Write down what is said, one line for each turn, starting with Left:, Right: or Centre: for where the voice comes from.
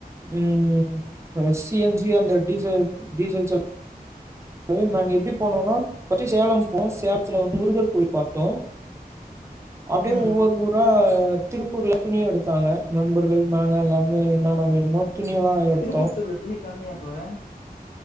Right: உம் சிஎன்சி அந்த டீசல் டீசல் செலவு ஆக நாங்க எப்டி போனம்னா பர்ஸ்ட் சேலம் போம் சேலத்துல வந்து முருகர் கோவில் பாத்தோம் அப்டியே
Left: ம்
Right: ஒவ்வொரு ஊரா திருப்பூர்ல துணிய எடுத்தாங்க நண்பர்கள் நாங்க எல்லாமே என்னன்ன வேணுமோ துணியெல்லாம் எடுத்தோம்.
Left: திருப்பத்தூர்ல துணி கம்மியா தோழர்